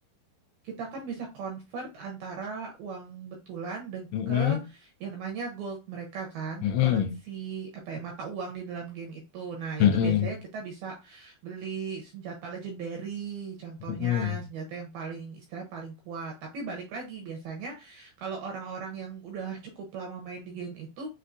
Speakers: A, on the right; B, on the left.
A: kita kan bisa convert antara uang betulan dan
B: Mm-mm.
A: ke yang namanya gold mereka kan,
B: Mm-mm.
A: currency apa ya mata uang di dalam game itu. Nah,
B: Mm-mm.
A: itu biasanya kita bisa beli senjata legendary contohnya
B: Mm-mm.
A: senjata yang paling istilahnya paling kuat. Tapi balik lagi biasanya kalau orang-orang yang udah cukup lama main di game itu,